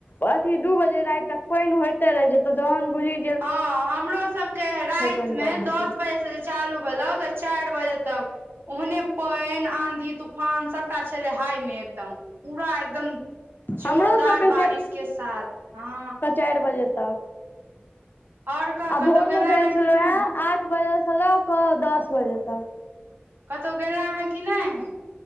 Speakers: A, on the left (about 55°); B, on the right (about 65°).
A: अथी दू बजे राति तक पानि होयते रहइ जेतो जहन बुजी।
B: हँ हमरो सबके राति
A: पानि
B: मे
A: कम हेतौ
B: दस बजे से जे। चालू भेलो तऽ चारि बजे तक। ओहने पइन आधी तूफान सबटा छलै हाय मे एकदम। पूरा एकदम जोरदार
A: हमरो सबके
B: बारिश के साथ हँ।
A: चार बजे तक।
B: आओर कह
A: आ
B: कतहु
A: भोर
B: गेला
A: मे भेल
B: हेँ
A: छलहु
B: कि नहि
A: हे आठ बजे से लऽ कऽ दस बजे तक।
B: कतहु गेलह हैं कि नहि।